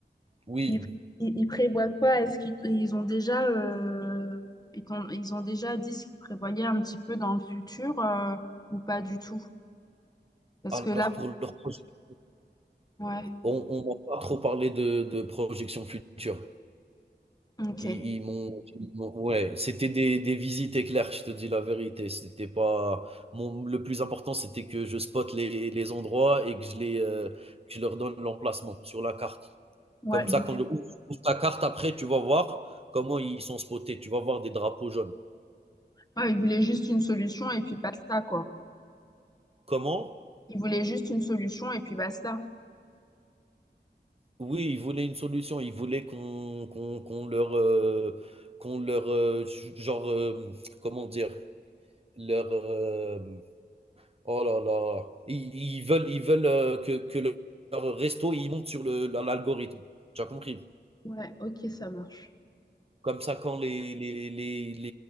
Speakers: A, on the right (about 35°); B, on the left (about 20°).
A: oui,
B: qu'ils ils, ils prévoient quoi? Est-ce qu'ils ils ont déjà euh, ils, t'ont- ils ont déjà dit ce qu'ils prévoyaient un petit peu dans le futur euh, ou pas du tout? Parce
A: alors
B: que là,
A: pour leur projection,
B: ouais,
A: on on m'a pas trop parlé de de projection future.
B: ok.
A: Ils ils m'ont ils m'ont ouais, c'était des des visites éclairs, je te dis la vérité. C'était pas mon le plus important, c'était que je spotte les les endroits et que je les, heu, que je leur donne l'emplacement sur la carte.
B: Ouais,
A: Comme
B: ils
A: ça,
B: voulaient,
A: quand le ouvre ouvre ta carte après, tu vas voir comment ils sont spotés. Tu vas voir des drapeaux jaunes.
B: ouais, ils voulaient juste une solution et puis basta, quoi.
A: Comment?
B: Ils voulaient juste une solution et puis basta.
A: Oui, ils voulaient une solution. Ils voulaient qu'on qu'on qu'on leur, heu, qu'on leur, heu, genre, hem, comment dire? Leur, hem Oh là là, ils, ils veulent, ils veulent euh, que, que le- leur resto il monte sur le, dans l'algorithme. Tu as compris?
B: Ouais, ok, ça marche.
A: Comme ça, quand les, les, les,